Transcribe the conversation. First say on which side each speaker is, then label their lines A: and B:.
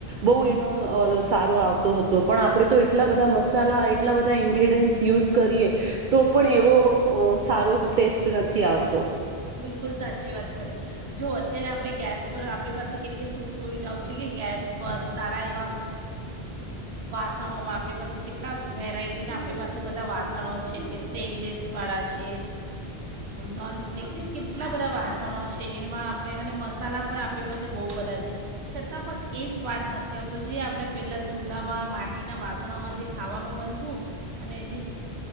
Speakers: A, on the right; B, on the right.
A: બહુ એનો સારો આવતો હતો પણ આપણે તો એટલા બધા મસાલા એટલા બધા ઈન્ગ્રીડયન્ટસ યુઝ, કરીએ તો પણ એવો સારો ટેસ્ટ નથી આવતો.
B: બિલકુલ સાચી વાત કરીએ જો અત્યારે આપણે ગેસ પર આપણી પાસે કેટલી સુખસ સુવિધાઓ છે, કે ગેસ પર સારા એવા વાસણોમાં આપણી પાસે કેટલા વેરાયટીના આપણી પાસે બધા વાસણો છે, કે સ્ટેઇનલેસવાળા છે નોન ઠક છે કેટલા બધા વાસણો છે, એમાં આપણે અને મસાલા પણ આપણી પાસે બહુ બધા છે, છતાં પણ એ સ્વાદ નથી આવતો જે આપણે પહેલાં ચૂલામાં માટીના વાસણોમાં જે ખાવાનું બનતું, અને જે